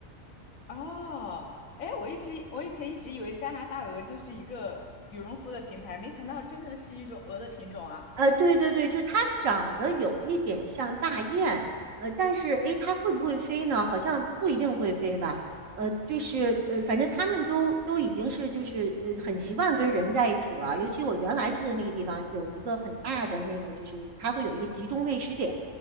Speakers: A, on the left (about 85°); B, on the right (about 70°).
A: 哦，哎，我一直我以前一直以为加拿大鹅就是一个羽绒服的品牌，没想到真的是一种鹅的品种啊。
B: 呃，对对对，就它长得有一点像大雁，呃，但是诶，它会不会飞呢？好像不一定会飞吧。呃，就是呃，反正他们都都已经是就是呃很习惯跟人在一起了。尤其我原来住的那个地方有一个很大的那个，就是它会有一个集中喂食点，